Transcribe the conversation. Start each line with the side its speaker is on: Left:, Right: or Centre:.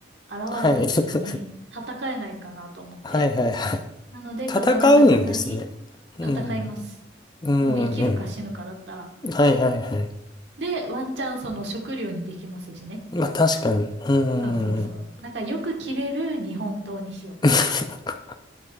Right: 現れた時に戦えないかなと思って。
Left: はい。<laughs> はいはいはい。
Right: なので、
Left: 戦うんですね。
Right: 刀が長い、
Left: うん。
Right: 戦います。
Left: うんうん。
Right: もう生きるか死ぬかだったら。
Left: はいはいはい。
Right: で、ワンチャンその食料にできますしね。
Left: まあ確かに。うーん。
Right: そうそうそう。なんかよく切れる日本刀にしよ
Left: <laughs>